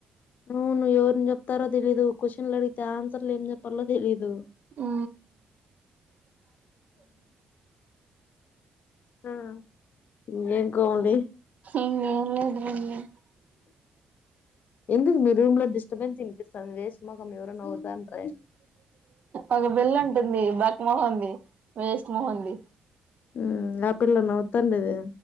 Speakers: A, on the left; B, on the right.
A: అవును ఎవరిని చెప్తారో తెలిదు క్వశ్చన్ల అడిగితే ఆన్సర్లు ఏం చెప్పాలో తెలిదు.
B: ఉ
A: అ ఇంకే కోడి
B: ఇంగేం లేదు లెండి
A: <inaudible> ఎందుకు మీ రూమ్ లో డిస్టర్బెన్స్ వినిపిస్తంది. వేస్ట్ ముఖం ఎవరో నవ్వుతాన్ర్రె.
B: ఒక పిల్ల అంటుంది బక్ మొహంది. వేస్ట్ మొహంది.
A: ఉమ్ ఆ పిల్ల నవ్వుతాండిదె